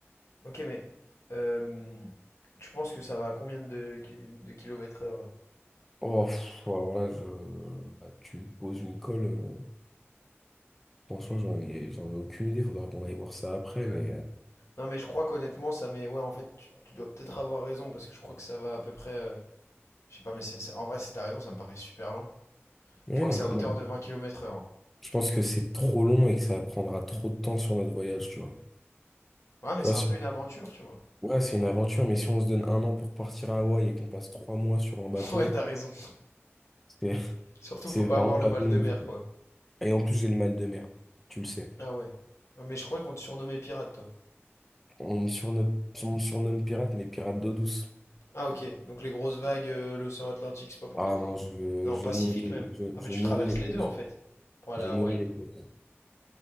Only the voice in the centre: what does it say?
Oh, pff, alors là, je... là, tu me poses une colle. euh, Franchement, j'en ai... j'en ai aucune idée. Faudra qu'on aille voir ça après,
mais. euh,
ouais,
non,
mais non,
Je pense que c'est trop long et que ça prendra trop de temps sur notre voyage, tu vois.
Tu
vois,
si-
ouais, c'est une aventure, mais si on se donne un an pour partir à Hawaï et qu'on passe trois mois sur un bateau,
c'est <laughs>
c'est
vraiment
pas
bon.
Et en plus, j'ai le mal de mer, tu le sais.
On me surnomme, on me surnomme pirate, mais pirate d'eau douce.
Ah
non, je,
je
nourris,
je,
je
nourris
les poissons.
Je
nourris
les poissons.